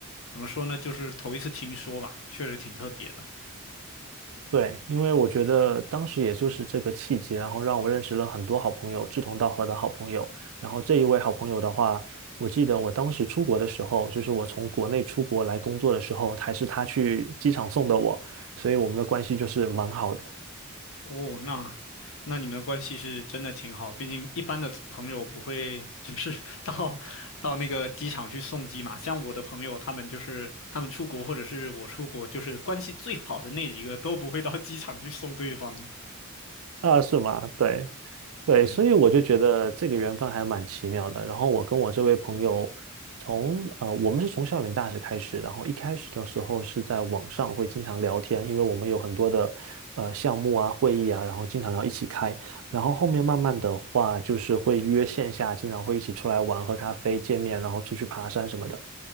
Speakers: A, on the left; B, on the right.
A: 怎么说呢？就是头一次听说吧，确实挺特别的。
B: 对，因为我觉得当时也就是这个契机，然后让我认识了很多好朋友，志同道合的好朋友。然后这一位好朋友的话，我记得我当时出国的时候，就是我从国内出国来工作的时候，还是他去机场送的我，所以我们的关系就是蛮好的。
A: 哦，那那你们的关系是真的挺好，毕竟一般的朋友不会只是 <laughs> 到到那个机场去送机嘛。像我的朋友，他们就是他们出国或者是我出国，就是关系最好的那几个都不会到机场去送对方。
B: 啊，是吗？对，对，
A: 对，
B: 所以我就觉得这个缘分还蛮奇妙的。然后我跟我这位朋友从，呃，我们是从校园大使开始，然后一开始的时候是在网上会经常聊天，因为我们有很多的呃项目啊、会议啊，然后经常要一起开。然后后面慢慢的话，就是会约线下，经常会一起出来玩、喝咖啡、见面，然后出去爬山什么的。